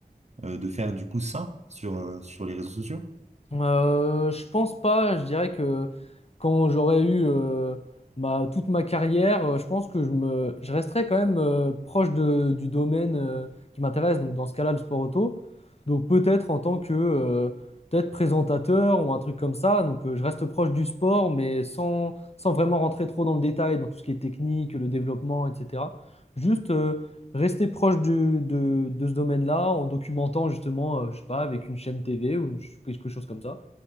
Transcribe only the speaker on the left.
Euh, je pense pas, je dirais que quand j'aurais eu euh, ma- toute ma carrière, euh, je pense que je me, je resterais quand même euh, proche de- du domaine euh, qui m'intéresse, donc dans ce cas-là, le sport auto. Donc peut-être en tant que euh, peut-être présentateur ou un truc comme ça, donc euh, je reste proche du sport, mais sans, sans vraiment rentrer trop dans le détail, dans tout ce qui est technique, le développement, etc. Juste, euh, rester proche du- de, de ce domaine-là en documentant justement, euh, je sais pas, avec une chaîne TV ou une- quelque chose comme ça.